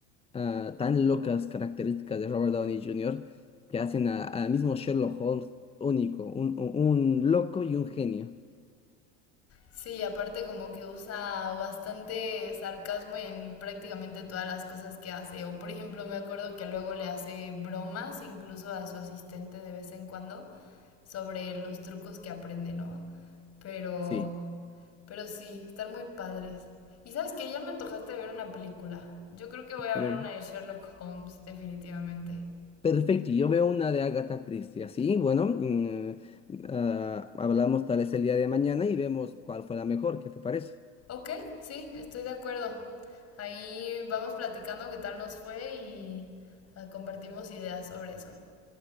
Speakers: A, on the left; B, on the left.
A: ah, tan locas características de Robert Downey Jr. que hacen a- al mismo Sherlock Holmes único, un, un- un loco y un genio.
B: Sí, aparte como que usa bastante sarcasmo en prácticamente todas las cosas que hace. O por ejemplo, me acuerdo que luego le hace bromas incluso a su asistente de vez en cuando sobre los trucos que aprende, ¿no? Pero,
A: Sí,
B: pero sí, están muy padres. Y sabes que ya me antojaste ver una película. Yo creo que voy a
A: eh,
B: ver una de Sherlock Holmes, definitivamente.
A: perfecto. Y yo veo una de Agatha Christie, así, bueno, mm, ah, hablamos tal vez el día de mañana y vemos cuál fue la mejor, ¿qué te parece?
B: Ok, sí, estoy de acuerdo. Ahí vamos platicando qué tal nos fue y ah, compartimos ideas sobre eso.